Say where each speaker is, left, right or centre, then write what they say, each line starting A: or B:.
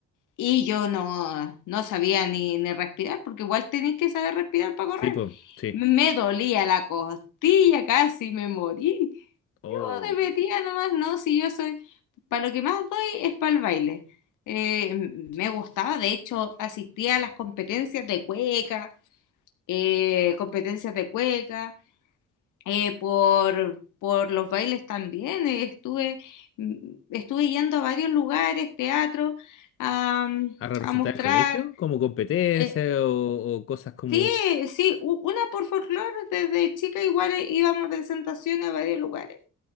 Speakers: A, on the left; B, on the left.
A: Y yo no, no sabía ni, ni respirar, porque igual tenéis que saber respirar para
B: Sí,
A: correr.
B: pues, sí.
A: Me dolía la costilla, casi me morí.
B: O
A: Yo de metida nomás, no, si yo soy, para lo que más doy es para el baile. Eh, me gustaba, de hecho, asistía a las competencias de cueca, eh, competencias de cueca, eh, por, por los bailes también. eh, estuve, mm, estuve yendo a varios lugares, teatro, a
B: a representar
A: a mostrar
B: el colegio como competencia
A: eh,
B: o, o cosas como,
A: sí, sí, u- una por folclore, desde chica igual eh, íbamos a presentaciones a varios lugares.